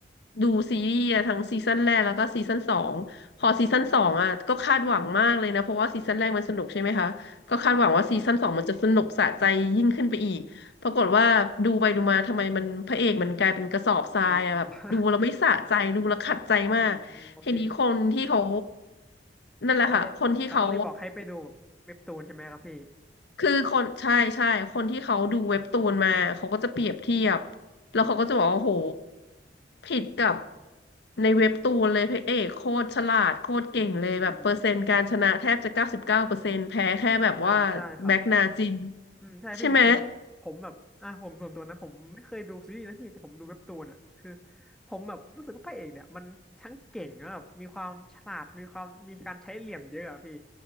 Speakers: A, on the left; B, in the centre.
A: ดูซีรีส์อะทั้งซีซั่นแรกแล้วก็ซีซั่นสองพอซีซั่นสองอะก็คาดหวังมากเลยนะเพราะว่าซีซั่นแรกมันสนุกใช่ไหมคะก็คาดหวังว่าซีซั่นสองมันจะสนุกสะใจยิ่งขึ้นไปอีกปรากฏว่าดูไปดูมาทำไมมันพระเอกมันกลายเป็นกระสอบทรายอะแบบดูแล้วไม่สะใจดูแล้วขัดใจมาก
B: ใช่ครับอ๋อ <laughs> อ๋อโอเค
A: ทีนี้คนที่เขานั่นแหละค่ะคนที่เขา
B: เขาก็เลยเขาก็เลยบอกให้ไปดูแบบเว็บตูนใช่ไหมครับพี่
A: คือคนใช่ใช่คนที่เขาดูเว็บตูนมาเขาก็จะเปรียบเทียบแล้วเขาก็จะบอกว่าโหผิดกับในเว็บตูนเลยพระเอกโคตรฉลาดโคตรเก่งเลยแบบเปอร์เซ็นต์การชนะแทบจะเก้าสิบเก้าเปอร์เซ็นต์แพ้แค่แบบว่า
B: อืมอืมใช่ใช่ครับ
A: แบ็กนาจิน
B: อืมใช่พี่คือผมแบบอ่ะผมส่วนตัวนะผมไม่เคยดูซีรีส์นะพี่แต่ผมดูเว็บตูนอ่ะคือ
A: ใช่ไหม
B: ผมแบบรู้สึกว่าพระเอกเนี่ยมันทั้งเก่งแล้วแบบมีความฉลาดมีความมีการใช้เหลี่ยมเยอะอ่ะพี่